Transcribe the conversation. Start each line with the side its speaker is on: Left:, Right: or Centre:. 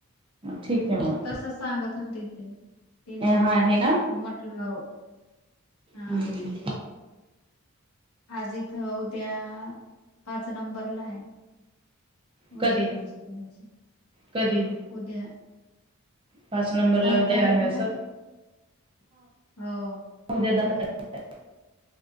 Right: ठीक आहे मग
Left: तसच सांगत होते. ते तिनं
Right: हा आहे ना
Left: म्हटलं हा!
Right: हम्म
Left: आज इथं उद्या पाच नंबरला आहे.. वजन
Right: कधी
Left: उंची घायची.
Right: कधी
Left: उद्या
Right: पाच नंबर
Left: दहा
Right: ला उद्या
Left: तारीख
Right: आहे असं..
Left: ना हो
Right: दे द हातात.